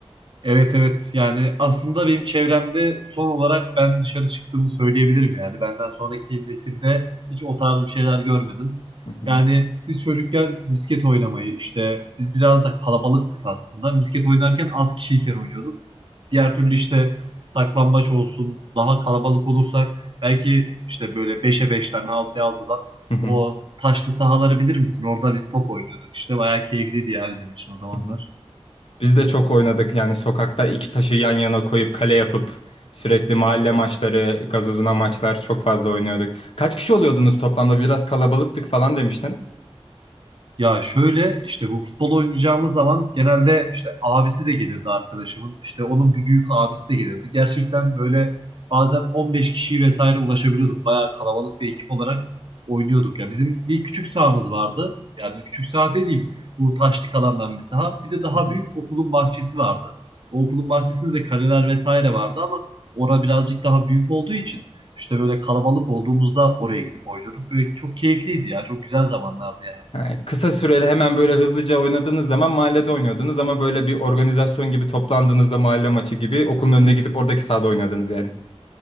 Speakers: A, on the right; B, on the left.
A: Evet evet yani aslında benim çevremde son olarak ben dışarı çıktığımı söyleyebilirim yani benden sonraki nesilde hiç o tarz bir şeyler görmedim.
B: Hı hı.
A: Yani biz çocukken misket oynamayı işte biz biraz da kalabalıktık aslında. Misket oynarken az kişiyken oynuyorduk. Diğer türlü işte saklambaç olsun daha kalabalık olursak belki işte böyle beşe 5'ten altıya altıdan
B: Hı
A: o taşlı sahaları bilir misin? Orada biz top oynuyorduk işte bayağı keyifliydi ya bizim için o zamanlar.
B: hı. Biz de çok oynadık yani sokakta iki taşı yan yana koyup kale yapıp sürekli mahalle maçları, gazozuna maçlar çok fazla oynuyorduk. Kaç kişi oluyordunuz toplamda? Biraz kalabalıktık falan demiştin.
A: Ya şöyle işte bu futbol oynayacağımız zaman genelde işte abisi de gelirdi arkadaşımın. İşte onun bir büyük abisi de gelirdi. Gerçekten böyle bazen 15 kişiyi vesaire ulaşabiliyorduk. Bayağı kalabalık bir ekip olarak oynuyorduk. Ya bizim bir küçük sahamız vardı. Yani küçük saha dediğim bu taşlık alandan bir saha. Bir de daha
B: Hı hı.
A: büyük okulun bahçesi vardı. O okulun bahçesinde de kaleler vesaire vardı ama orada birazcık daha büyük olduğu için işte böyle kalabalık olduğumuzda oraya gidip oynuyorduk. Böyle çok keyifliydi ya. Çok güzel zamanlardı yani.
B: Ha, kısa süreli hemen böyle hızlıca oynadığınız zaman mahallede oynuyordunuz ama böyle bir organizasyon gibi toplandığınızda mahalle maçı gibi okulun
A: <clears throat>
B: önüne gidip oradaki sahada oynadınız yani.